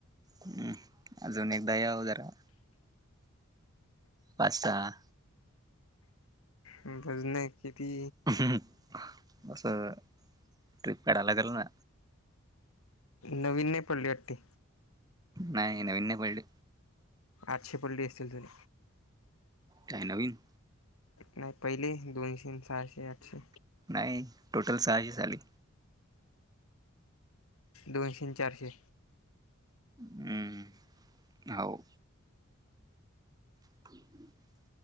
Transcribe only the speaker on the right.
हम्म अजून एकदा याव जरा. पाच-सहा.
हं हं असं ट्रिप काढाय लागेल ना.
नाही नवीन नाही पडली.
काय नवीन?
नाही टोटल सहाशे च आले.
हम्म हो ह <inaudible>